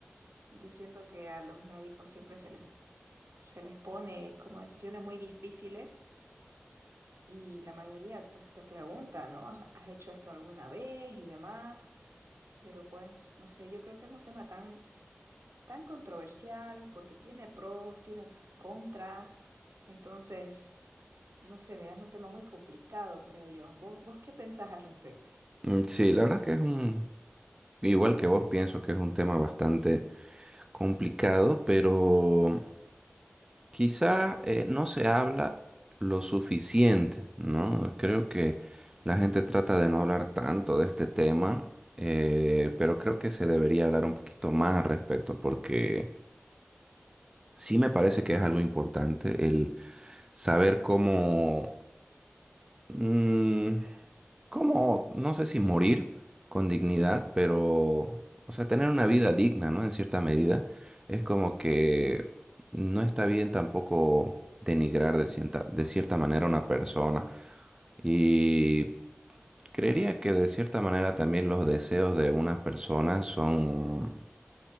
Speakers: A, on the right; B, on the right.
A: Yo siento que a los médicos siempre se les, se les pone como decisiones muy difíciles y la mayoría pues te pregunta, ¿no? ¿Has, has hecho esto alguna vez y demás? Pero pues, no sé, yo creo que es un tema tan, tan controversial porque tiene pros, tiene contras. Entonces, no sé, mira, es un tema muy complicado, creo yo. ¿Vos, vos qué pensás al respecto?
B: Mm, Sí, la verdad que es un, igual que vos, pienso que es un tema bastante complicado, pero Quizás eh, no se habla lo suficiente, ¿no? Creo que la gente trata de no hablar tanto de este tema, eh, pero creo que se debería hablar un poquito más al respecto porque sí me parece que es algo importante el saber cómo... mm, como, no sé si morir con dignidad, pero, o sea, tener una vida digna, ¿no? En cierta medida, es como que no está bien tampoco denigrar de cierta, de cierta manera a una persona. Y creería que de cierta manera también los deseos de unas personas son,